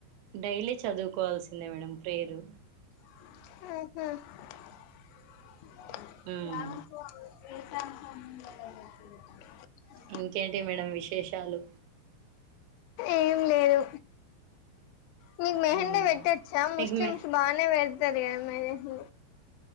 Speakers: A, on the right (about 85°); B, on the left (about 85°).
A: డైలీ చదుకోవాల్సిందే మేడం ప్రేరు
B: ఆహ
A: ఉమ్
B: <unintelligible>
A: ఇంకేంటి మేడం విశేషాలు
B: ఏం లేదు మీకు మెహెందీ
A: ఉమ్
B: పేట్టొచ్చా
A: మీకు
B: ముస్లిమ్స్
A: మే
B: బానే వేడ్తది కదా మెహెందీ